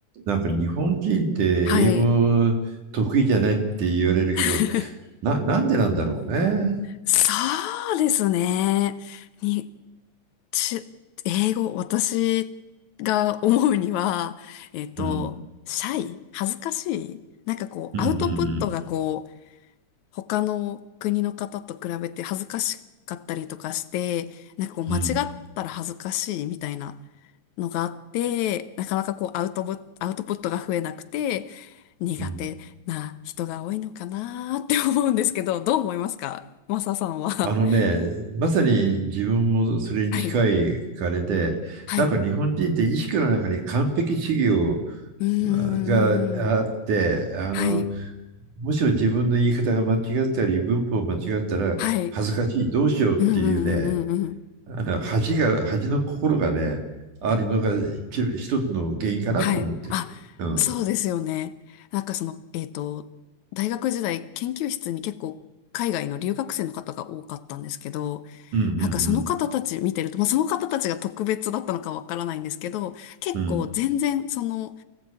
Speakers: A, on the right (about 85°); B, on the left (about 75°).
A: なんか日本人って英語得意じゃないって言われるけど、
B: はい。<laughs>
A: な、なんでなんだろうね。
B: そうですね。に、ち、英語、私が思うには、えっと、
A: うん。
B: シャイ、恥ずかしい、なんかこう、
A: うんう
B: アウトプットがこう、
A: ん
B: 他の国の方と比べて恥ずかしかったりとかして、なんかこう間違ったら恥ずかしいみたいな
A: うんうん
B: のがあって、なかなかこうアウトプ、アウトプットが増えなくて、苦手な人が多いのかなーって思うんですけど、
A: うん。
B: どう思いますかマサさんは。
A: あのね、
B: <laughs>
A: まさに自分もそれに近いあれで、
B: はい。はい。
A: なんか日本人って意識の中に完璧主義を
B: うーん。
A: あがあって、あの、
B: はい。
A: もしも自分の言い方が間違ったり、文法を間違ったら恥ずかしい、
B: はい。うん
A: どうしようっていうね、
B: うんうんうん
A: あの恥が、恥の心がね、あるのが一、一つの原因かなと思ってる。
B: はい。あ、
A: うん。
B: そうですよね。なんかその、えっと、大学時代、研究室に結構海外の留学生の方が多かったんですけど、
A: うんうんう
B: なんかその方たち見てると、
A: ん
B: まあその方たちが特別だったのかわからないんですけど、結構全然その
A: うん